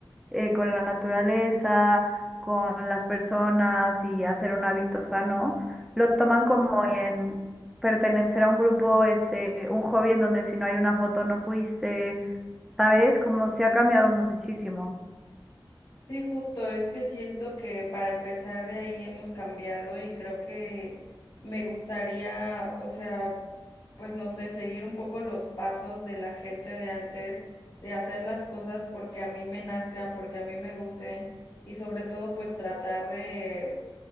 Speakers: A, in the centre; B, on the left (about 65°).
A: eh, con la naturaleza, con las personas y hacer un hábito sano, lo toman como en pertenecer a un grupo, este, un hobby en donde si no hay una foto no fuiste, ¿sabes? Como se ha cambiado muchísimo.
B: Sí, justo, es que siento que para empezar de ahí hemos cambiado y creo que me gustaría, o sea, pues no sé, seguir un poco los pasos de la gente de antes, de hacer las cosas porque a mí me nazcan, porque a mí me gusten y sobre todo pues tratar de